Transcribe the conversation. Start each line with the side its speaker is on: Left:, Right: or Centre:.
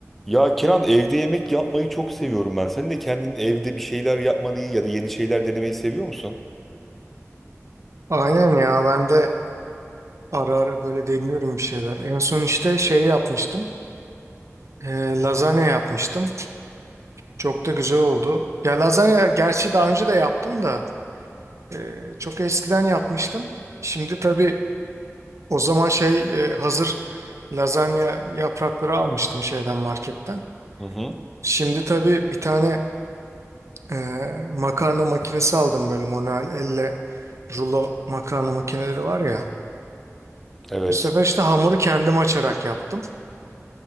Centre: Ya Kenan evde yemek yapmayı çok seviyorum ben. Sen de kendin evde bir şeyler yapmayı ya da yeni şeyler denemeyi seviyor musun?
Right: Aynen ya ben de ara ara böyle deniyorum bir şeyler. En son işte şey yapmıştım. E, lazanya yapmıştım. Çok da güzel oldu. Ya lazanya gerçi daha önce de yaptım da e, çok eskiden yapmıştım. Şimdi tabii o zaman şey e, hazır lazanya yaprakları almıştım şeyden marketten.
Centre: Hı hı.
Right: Şimdi tabii bir tane e, makarna makinesi aldım böyle manuel elle rulo makarna makineleri var ya.
Centre: Evet.
Right: Bu sefer işte hamuru kendim açarak yaptım.